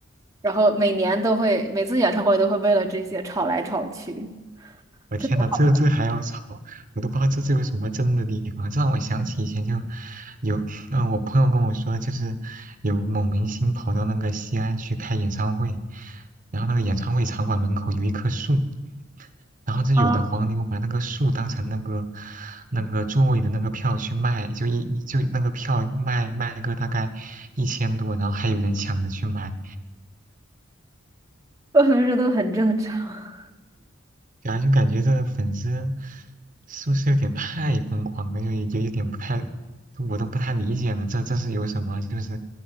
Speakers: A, on the right; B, on the right.
A: 然后每年都会，每次演唱会都会为了这些吵来吵去，
B: 我天呐，
A: 特别搞
B: 这这还要吵，我都不知道这这有什么争的地方。这让我想起以前就有，嗯、我朋友跟我说，就是有某明星跑到那个西安去开演唱会，然后那个演唱会场馆门口有一棵树，然后这有的黄牛把那个树当成那个
A: 笑，<laughs> 啊，
B: 那个座位的那个票去卖，就一就那个票卖卖个大概一千多，然后还有人抢着去买，
A: 我觉得都很正常。
B: 然后就感觉这粉丝是不是有点太疯狂了，就就有点不太，我都不太理解了，这这是有什么，就是